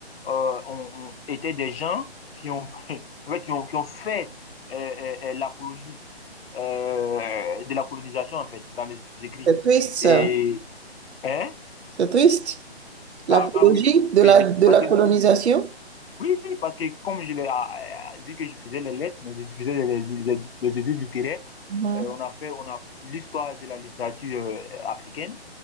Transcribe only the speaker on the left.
euh, ont, ont- étaient des gens qui ont, <laughs> en fait, qui ont, qui ont fait euh, euh, euh, l'apologie euh, de la colonisation, en fait, dans les écrits.
Et, hein?
Ah, ah oui,
oui.
Parce
que
Oui, oui, parce que comme je l'ai, ah, ah, vu que je faisais les lettres, mais je faisais des, des- des études littéraires,
euh, on a fait, on a l'histoire de la littérature euh, africaine.